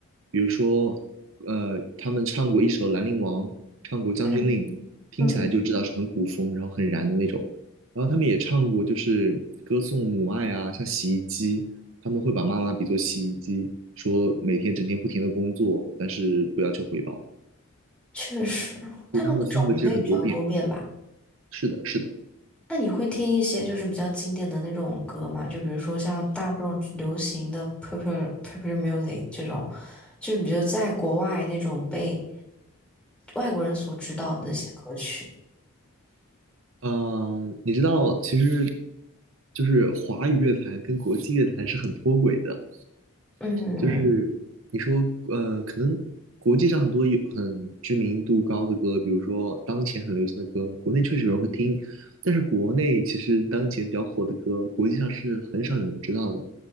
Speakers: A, on the right; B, in the centre.
A: 比如说呃，他们唱过一首《兰陵王》，唱过《将军令》，
B: 嗯
A: 听起来就知道是很古风，
B: 嗯，
A: 然后很燃的那种。然后他们也唱过，就是歌颂母爱啊，像洗衣机，他们会把妈妈比作洗衣机，说每天整天不停的工作，但是不要求回报。
B: 确实，
A: 所以他们的风格其实很多变。
B: 他们的种类比较多变吧。
A: 是的，是的。
B: 那你会听一些就是比较经典的那种歌吗？就比如说像大众流行的 popular popular music 这种，就是比如在国外那种被外国人所知道的那些歌曲。
A: 嗯，你知道，其实就是华语乐坛跟国际乐坛是很脱轨的。
B: 嗯，
A: 就是你说，呃，可能国际上很多有很知名度高的歌，比如说当前很流行的歌，国内确实有人会听，但是国内其实当前比较火的歌，国际上是很少有人知道的，